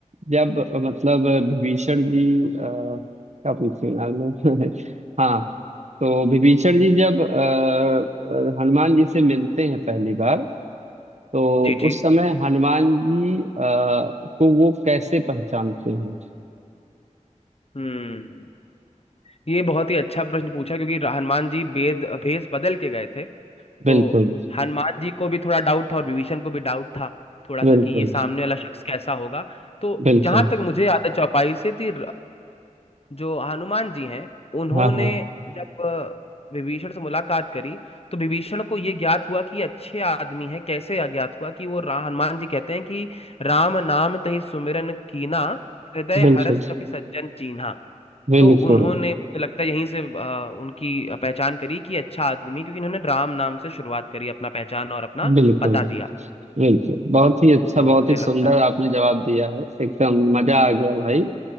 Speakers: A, on the right (about 60°); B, on the left (about 50°).
A: जब मतलब विभीषण जी आ, क्या पूछूं यार मैं <laughs> हाँ तो विभीषण जी जब आ, हनुमान जी से मिलते हैं पहली बार तो
B: जी जी
A: उस समय हनुमान जी आ, को वो कैसे पहचानते हैं
B: हम्म ये बहुत ही अच्छा प्रश्न पूछा क्योंकि हनुमान जी वेद भेष बदल के गए थे
A: बिल्कुल,
B: तो हनुमान जी को भी थोड़ा डाउट था और विभीषण को भी डाउट था थोड़ा
A: बिल्कुल,
B: सा कि ये सामने वाला शख्स कैसा होगा तो
A: बिल्कुल।
B: जहां तक मुझे याद है चौपाई से थी जो हनुमान जी हैं उन्होंने
A: हाँ, हाँ।
B: जब अ, विभीषण से मुलाकात करी तो विभीषण को ये ज्ञात हुआ कि ये अच्छे आदमी हैं कैसे ज्ञात हुआ कि वो रा, हनुमान जी कहते हैं कि राम नाम तहि सुमिरन कीना हृदय
A: बिल्कुल,
B: हरस कपि सज्जन चीन्हा
A: बिल्कुल,
B: तो उन्होंने मुझे लगता है यहीं से आ, उनकी पहचान करी कि अच्छा आदमी क्योंकि इन्होंने राम नाम से शुरुआत करी अपना पहचान और अपना
A: बिल्कुल,
B: पता दिया
A: बिल्कुल। बहुत ही अच्छा,
B: तो
A: बहुत
B: मुझे
A: ही सुंदर
B: लगता है
A: आपने जवाब दिया है। एकदम मजा
B: हाँ
A: आ गया भाई।